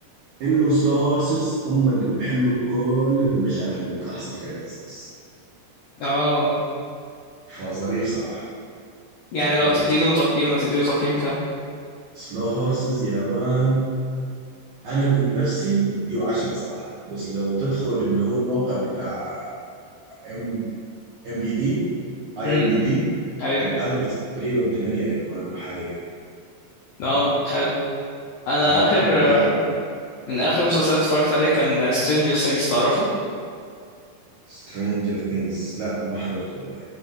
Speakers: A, on the right (about 65°); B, on the left (about 80°).
A: انه سلو هورسز هم اللي بيحلوا كل المشاكل اللي بتحصل في ام اي 6
B: اه
A: فظريف صراحة
B: يعني لو
A: ظريف
B: تديله تقييم هتديله تقييم كام؟
A: سلو هورسز يا مان أنا من نفسي مديه عشرة صراحة بس لو تدخل اللي هو الموقع بتاع ام ام بي دي اي
B: امم
A: ام بي دي
B: أيوه
A: الافريج تقريبا 8 يا مان وحاجة كده
B: اه حلو أنا
A: لا التقييم
B: آخر
A: بتاعه
B: آه،
A: حلو يا مان
B: من آخر مسلسلات اتفرجت عليه كان Stranger Things تعرفه؟
A: سترينجر ثينجز لا ما حضرته والله